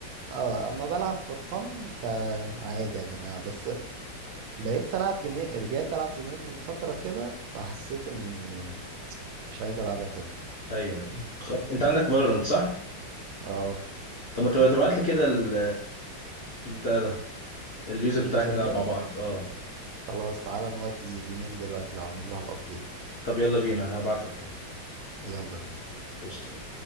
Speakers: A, on the right; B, on the left.
A: اه اما بلعب فور فن فعادي يا جماعه بس لعبت العب جيمين رجعت العب جيمين من فتره كده فحسيت ان مش عايز العبها تاني
B: ايوه ايوه
A: <laughs>
B: خب. انت عندك فالورانت صح
A: اه
B: طب ما تبقى تبعت لي كده ال- البتاع ده اليوزر بتاعك
A: يوزر
B: نلعب
A: نيم
B: مع بعض اه
A: خلاص تعالى نودي جيمين دلوقتي لو عامل لها الابديت
B: طب يلا بينا هبعت لك
A: يلا بينا
B: قشطة